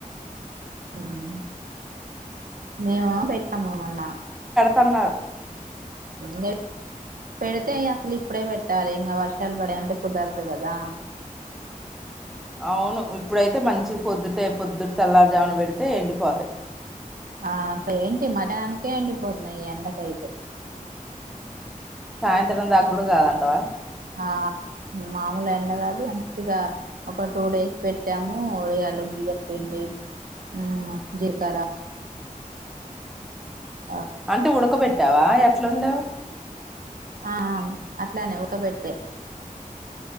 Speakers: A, on the right (about 80°); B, in the centre.
A: మ్ మేము పెట్టాము మొన్నా
B: తన్నారు
A: మ్ పెడ్తే ఇయ్యాలి. ఇప్పుడే పెట్టాలి ఇంగ వర్షాలు పడే అంటే కుదరదు కదా
B: అవును ఇప్పుడైతే మంచి పొద్దుటే పొద్దుట్ తెల్లారుజామున పెడ్తే ఎండిపోతయి.
A: ఆ అసలేంటి మధ్యనానికే ఎండిపోతున్నయి ఈ ఎండకైతే
B: సాయంత్రం దాక్ గుడ కాదంటవ
A: ఆ మామూల్ ఎండ కాదు మంచిగా ఒక టూ డేస్ పెట్టాము ఒడియాల బియ్యం పిండి ఆ జిల్కర అ
B: అంటే ఉడకపెట్టావా ఎట్లొండావ్?
A: ఆ అట్లనే ఉడక పెట్టే